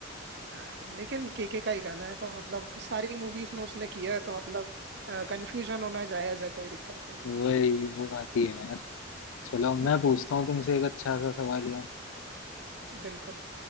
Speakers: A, on the right; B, on the left.
A: हाँ लेकिन केके का ही गाना है तो मतलब सारी मूवीज में उसने किया है तो मतलब कंफ्यूजन होना जायज है कोई दिक्कत नहीं
B: वही वो बात ही है यार चलो मैं
A: है
B: पूछता हूँ तुमसे एक अच्छा सा सवाल यार
A: <laughs> बिल्कुल